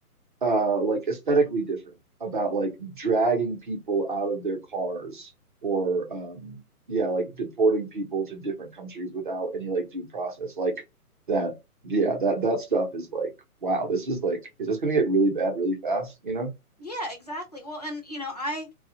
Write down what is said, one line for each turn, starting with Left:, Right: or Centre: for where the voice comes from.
Right: uh like aesthetically different about like dragging people out of their cars or um yeah, like deporting people to different countries without any like due process. Like that, yeah, that that stuff is like, wow, this is like, is this gonna get really bad really fast, you know?
Left: Yeah, exactly. Well, and you know, I